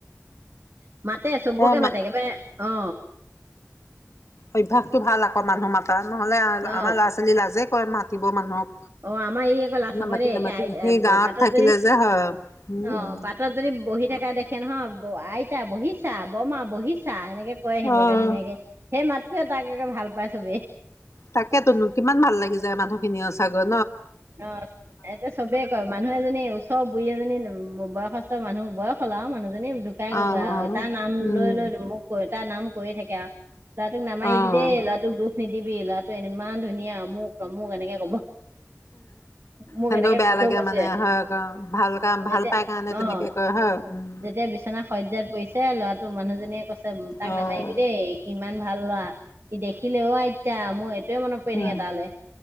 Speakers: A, on the right; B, on the left.
A: <inaudible> মাতে, চবকে
B: হে মা
A: মাতে একেবাৰে অ
B: অভ্যাসটো ভাল আকৌ মানুহ মাতা নহ'লে,
A: অ
B: আ-আমাৰ ল'ৰা-ছোৱালী লাজে কৰে মাত মাতিব মানুহক
A: অ, আমাৰ ই আকৌ লাজ
B: নামাতি
A: নকৰে দে
B: নামাতি
A: একে,
B: সেই গাঁৱত
A: বাটত
B: থাকিলে
A: যদি অ,
B: যে হয় উম
A: বাটত যদি বহি থকা দেখে নহয় অ, আইতা বহিছা, ৰ্বমা বহিছা, এনেকে এনেকে কয় আহিবগে
B: অহ
A: ধুনীয়াকে, সেই মাতটোৱে তাক একেভাল পাই ছবে
B: তাকেতো, কিমান ভাল লাগি যায় মানুহখিনি সচাঁকৈ
A: অ, এতিয়া চবেই কয়, মানুহ এজনী ওচৰ বুঢ়ী এজনী বয়সস্থ বয়সস্থ মানুহ, বয়স হ'ল আৰু মানুহজনী মানুহৰজনী ঢুকাই
B: অ
A: গ'লগৈ আৰু,
B: অ
A: এ তাৰ নাম
B: উম
A: লৈ-লৈ মোক কয়, তাৰ নাম কৈয়েই থাকে। <unintelligible> সেইয়া ল'ৰাটোক নামাৰিবি
B: অ
A: দেই, ল'ৰাটোক দুখ নিদিবি, ল'ৰাটো ইমান ধুনীয়া, অমুক-তমুক এনেকে কব। মোক
B: সেহতেও
A: এনেকে
B: বেয়া
A: কৈ
B: লাগে
A: থৈ গৈছে,
B: মানে হয় ভাল কাম
A: যেতিয়া
B: ভাল পাই কাৰণে তেনেকে
A: অহ
B: কয় হয় উম।
A: যেতিয়া বিচনা সজ্জাত পৰিছে ল'ৰাটো মানুহজনীয়ে কৈছে, তাক
B: অ'।
A: নামাৰিবি দেই, ই ইমান ভাল ল'ৰা। ই দেখিলে, অ' আইতা মোৰ সেইটোৱে মনত পৰি
B: উম,
A: থাকে তাৰলে।